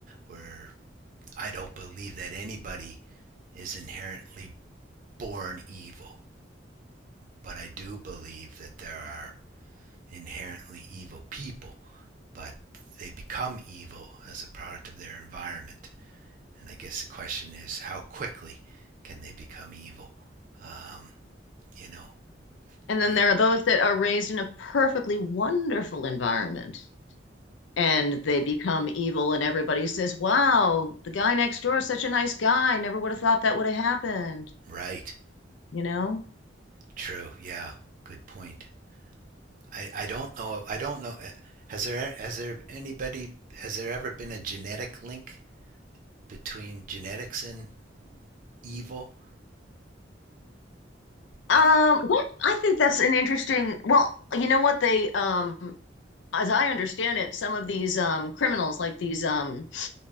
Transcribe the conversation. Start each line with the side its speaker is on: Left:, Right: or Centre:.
Right: we're, I don't believe that anybody is inherently born evil, but I do believe that there are inherently evil people, but they become evil as a product of their environment. And I guess the question is, how quickly can they become evil? Um, you know,
Left: And then
Right: y-
Left: there are those that are raised in a perfectly wonderful environment and they become evil, and everybody says, Wow, the guy next door is such a nice guy. Never would have thought that would have happened,
Right: right?
Left: you know?
Right: True. Yeah. Good point. I, I don't know. I don't know. Uh, Has there has there anybody has there ever been a genetic link between genetics and evil?
Left: um,
Right: I don't.
Left: what I think that's an interesting, well, you know what? They, um, as I understand it, some of these um, criminals, like these um,